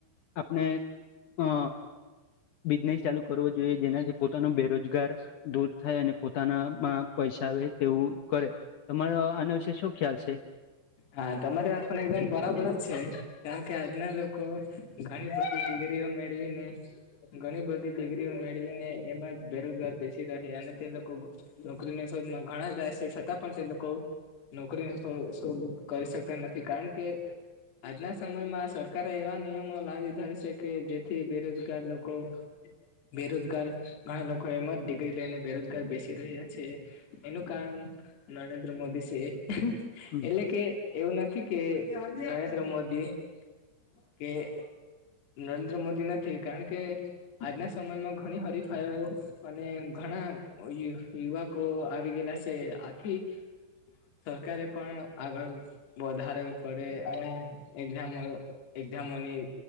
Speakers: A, on the left (about 80°); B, on the left (about 65°).
A: આપણે અ બિઝનેસ ચાલુ કરવો જોઈએ જેનાથી પોતાનો બેરોજગાર દૂર થાય અને પોતાનામાં પૈસા આવે તેવું કરે તમારા આ શું ખ્યાલ છે.
B: હા તમારી વાત પણ એકદમ બરાબર જ છે, કારણ કે આજના લોકો ઘણી બધી ડિગ્રીઓ મેળવી ને ઘણી બધી ડિગ્રીઓ મેળવીને એમાં જ બેરોજગાર બેેસીી રહે અને તે લોકો. નોકરીને શોધમાં ઘણા જાય છે છતાં પણ તે લોકો નોકરીને શોધ કરી શકતા નથી કારણ કે આજના સમયમાં સરકારે એવા નિયમો લાવી દીધા છે કે જેથી બેરોજગાર લોકો બેરોજગાર ઘણા લોકો એમ જ દિગરી લઈને બેરોજગાર બેસી રહ્યા છે. એનું કારણ નરેન્દ્ર મોદી છે.
A: હમ
B: એટલે કે એવું નથી કે નરેન્દ્ર મોદી કે નરેન્દ્ર મોદી નથી કારણ કે આજના સમયમાં ઘણી હરીફાઈ અને ઘણા યુવકો આવી ગયેલા છે, આથી સરકારે પણ આગળ વધારે પડે અને એક્ઝામ એક્ઝામોની